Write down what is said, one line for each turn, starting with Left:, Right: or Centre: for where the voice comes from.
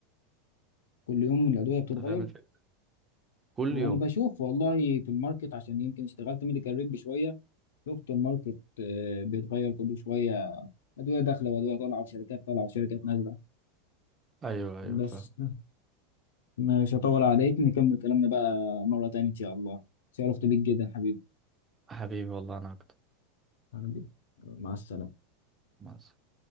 Left: كل يوم الأدوية بتتغير
Right: أنت فاهم الفكرة كل
Left: هو
Right: يوم
Left: انا بشوف والله في الماركت عشان يمكن اشتغلت ميديكال ريب شويه شفت الماركت آه، بيتغير كل شويه ادويه داخله وادويه طالعه وشركات طالعه وشركات نازله
Right: أيوه
Left: بس
Right: أيوه فاهم
Left: مش هطول عليك نكمل كلامنا بقى مره تانية ان شاء الله شرفت بيك جدا حبيبي
Right: حبيبي والله أنا أكتر
Left: حبيبي مع السلامة
Right: مع السلامة.